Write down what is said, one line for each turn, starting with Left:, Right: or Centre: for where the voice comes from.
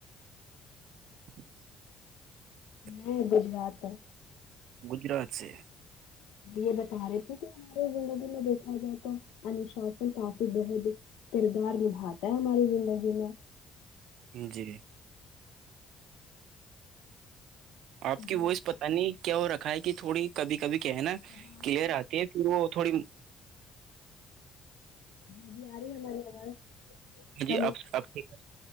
Right: <inaudible>
Left: نہیں گجرات
Right: گجرات سے
Left: یہ بتا رہے تھے کہ ہمارے زندگی میں دیکھا جائے تو انشاس کافی بحد کردار نبھاتا ہے ہماری زندگی میں
Right: جی آپ کی
Left: جی
Right: وائس پتا نہیں کیا ہو رکھا ہے کہ تھوڑی کبھی کبھی کیا ہے نا
Left: اب آ
Right: کلیئر
Left: رہی
Right: آتی ہے وہ تھوڑی
Left: ابھی آ رہی ہماری آاز
Right: ہے
Left: ک
Right: جی اب اب ٹھیک ہے۔